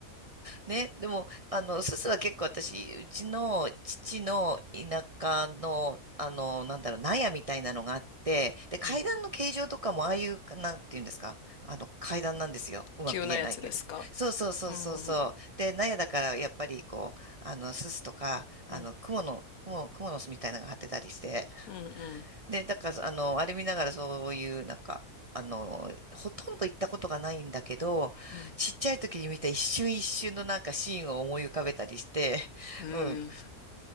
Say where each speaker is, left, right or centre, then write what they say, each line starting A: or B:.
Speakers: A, on the right; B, on the left.
A: ね、でも、あの、すすは結構私、うちの父の田舎の、あの、なんだろう、納屋みたいなのがあって、で、階段の形状とかも、
B: うん、
A: ああいう、なんていうんですか、あの、階段なんですよ。うまく言えないけど。
B: 急なやつですか
A: そうそうそうそうそう。
B: うん、うん、
A: で、納屋だから、やっぱり、こう、あの、すすとか、あの、
B: うん、
A: 蜘蛛の、蜘蛛、蜘蛛の巣みたいなのが張ってたりして、
B: うん、うん、
A: で、だから、あの、あれ見ながらそういう、なんか、あの、ほとんど行ったことがないんだけど、
B: うん、
A: ちっちゃい時に見た一瞬一瞬のなんかシーンを思い浮かべたりして、
B: うん、
A: <laughs> うん。